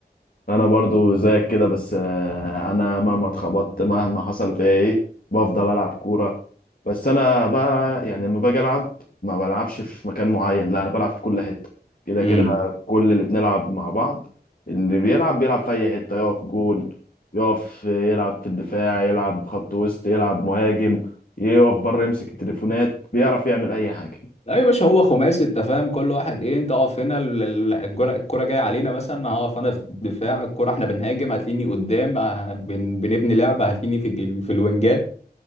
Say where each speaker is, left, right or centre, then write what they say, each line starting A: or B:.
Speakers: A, on the left; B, on the left.
A: انا برضو زيك كده بس آه، انا مهما اتخبطت مهما حصل فيا ايه بفضل العب كوره بس انا بقى يعني لما باجي العب ما بلعبش في مكان معين لا انا بلعب في كل حته كده
B: امم
A: كده كل اللي بنلعب مع بعض اللي بيلعب بيلعب في اي حته يقف جون يقف يلعب في الدفاع يلعب خط وسط يلعب مهاجم يقف بره يمسك التليفونات بيعرف يعمل اي حاجه
B: لا يا باشا هو خماسي انت فاهم كل واحد ايه انت اقف هنا ال- ال- الجرة- الكرة جايه علينا مثلا هقف انا في الدفاع الكرة احنا بنهاجم هتلاقيني قدام اه، بن- بنبني لعبة هتلاقيني في الج- في الوينجات